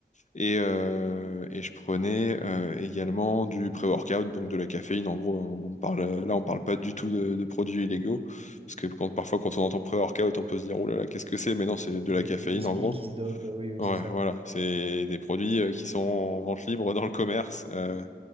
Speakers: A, on the left; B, on the right.
A: et, euh, et je prenais euh, également du pré-workout, donc de la caféine. En gros, on parle, là, on parle pas du tout de, de produits illégaux, parce que quand, parfois, quand on entend pré-workout, on peut se dire, oh là là, qu'est-ce que c'est? Mais non, c'est de
B: Oui,
A: la caféine,
B: il il se
A: en
B: pique,
A: gros.
B: il se dope, euh, oui, oui,
A: Ouais,
B: c'est ça.
A: voilà, c'est des produits euh, qui sont en vente libre dans le commerce, euh,